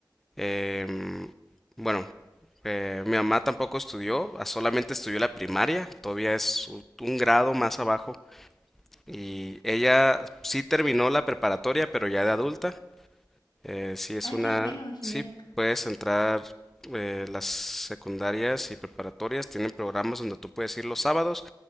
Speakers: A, in the centre; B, on the left.
A: em, bueno, eh, mi mamá tampoco estudió, ah, solamente estudió la primaria, todavía es u- un grado más abajo. Y ella sí terminó la preparatoria, pero ya de adulta. Eh, sí, es
B: Ay,
A: una...
B: qué bueno, genial.
A: Sí, puedes entrar eh, las secundarias y preparatorias. Tienen programas donde tú puedes ir los sábados.